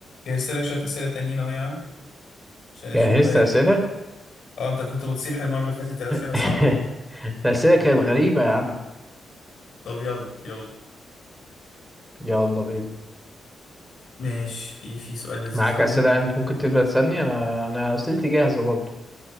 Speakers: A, on the left; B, in the centre.
A: جهزت لك شوية أسئلة تانيين أهو يا عم عشان نشوف
B: جهزت
A: بقى إيه.
B: أسئلة؟
A: اه أنت كنت بتصيح المرة اللي فاتت الأسئلة
B: <laughs>
A: صعبة
B: الأسئلة كانت غريبة يا عم
A: طب يلا يلا
B: يلا بينا
A: ماشي في في سؤال لذيذ
B: معاك
A: أهو
B: أسئلة يعني أنت ممكن تبدأ تسألني أنا أنا أسئلتي جاهزة برضه